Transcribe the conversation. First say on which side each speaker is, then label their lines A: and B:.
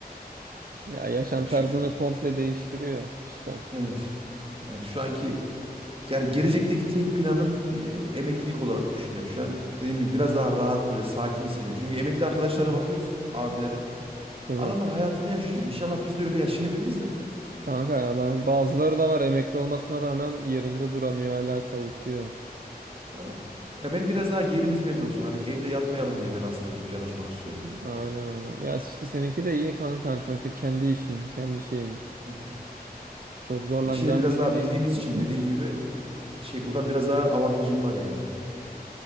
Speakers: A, on the right; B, on the right.
A: Ya yaşam
B: Yani
A: tarzını
B: şu
A: komple değiştiriyor işte.
B: Evet. yani şu anki yani gelecekteki tek planım e, emeklilik olarak düşünüyorum şu an. Dediğim gibi biraz daha rahat böyle sakin hissediyorum. Çünkü emekli arkadaşlara
A: Hı.
B: bakıyoruz abilere.
A: Değil
B: Adamlar
A: mi?
B: hayatını yaşıyor. İnşallah biz de öyle yaşayabiliriz de.
A: Kanka ya ben bazıları da var emekli olmasına rağmen yerinde duramıyor hala çalışıyor.
B: Tamam. Ya ben biraz daha yerimiz belli olsun. Hani evde yatmayalım diye ben aslında dükkan açmak istiyorum.
A: Aynen aynen. Ya işte seninki de iyi kankan sonuçta kendi işin kendi şeyin.
B: Hı hı.
A: Çok zorlanacağın
B: E, İşi de biraz
A: bir şey
B: daha
A: değil.
B: bildiğimiz için
A: <clears throat>
B: dediğin gibi e, şey buradan biraz daha avantajım var yani.